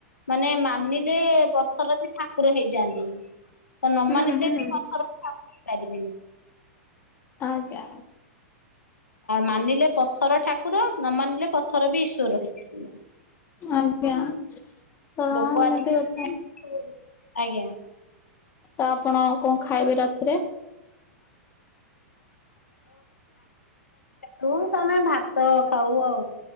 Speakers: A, on the left; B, on the left.
A: ମାନେ ମାନିଲେ ପଥର ବି ଠାକୁର ହେଇଯାଆନ୍ତି। ତ ନ
B: ହୁଁ
A: ମାନିଲେ
B: ହୁଁ
A: ବି ପଥର ଠାକୁର ପାରିବେନି।
B: ଆଜ୍ଞା।
A: ମାନିଲେ ପଥର ଠାକୁର ନ ମାନିଲେ ପଥର ବି ଈଶ୍ୱର ହେଇଯିବେ।
B: ଆଜ୍ଞା ତ
A: ଲୋକ
B: ଏମିତି
A: ଆଜିକାଲି
B: କଥା।
A: ଆଜ୍ଞା।
B: ତ ଆପଣ କଣ ଖାଇବେ ରାତିରେ।
A: ତୁ ତମେ ଭାତ ଖାଉ ଆଉ।